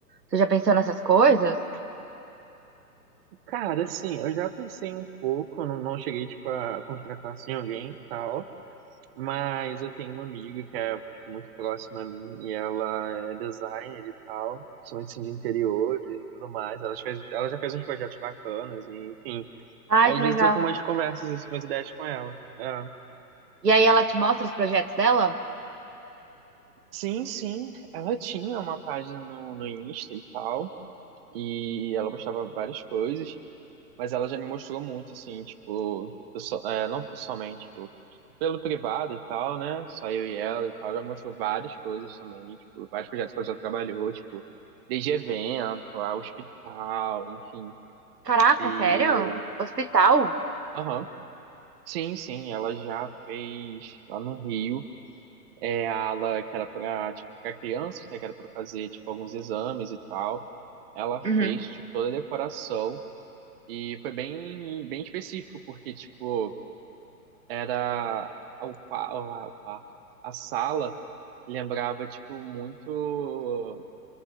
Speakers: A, on the right; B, on the right.
A: você já pensou nessas coisas?
B: cara, assim, eu já pensei um pouco, eu não, não cheguei, tipo, a contratar, assim, alguém e tal, mas eu tenho uma amiga que é, tipo, muito próxima a mim e ela é designer e tal, principalmente, assim, de interiores e tudo mais. Ela, fez, ela já fez uns projetos bacanas e, enfim,
A: Ai,
B: aí,
A: que
B: às
A: legal.
B: vezes eu troco umas conversas, assim, umas ideias com ela. É.
A: E aí ela te mostra os projetos dela?
B: Sim, sim, ela tinha uma página no, no Insta e tal, e ela postava várias coisas, Mas ela já me mostrou muito, assim, tipo, pesso- é, não pessoalmente, tipo, tipo, pelo privado e tal, né? Só eu e ela e tal, já me mostrou várias coisas também, tipo, vários projetos que ela já trabalhou, tipo, desde evento, a hospital, enfim.
A: Caraca,
B: E,
A: sério? Hospital?
B: aham, sim, sim, ela já fez lá no Rio, é, a ala que era pra, tipo, pra crianças, né? Que era pra fazer, tipo, alguns exames e tal. Ela
A: Uhum,
B: fez, tipo, toda a decoração. E foi bem, bem específico, porque, tipo, era o, qua- o quarto, a sala lembrava, tipo, muito,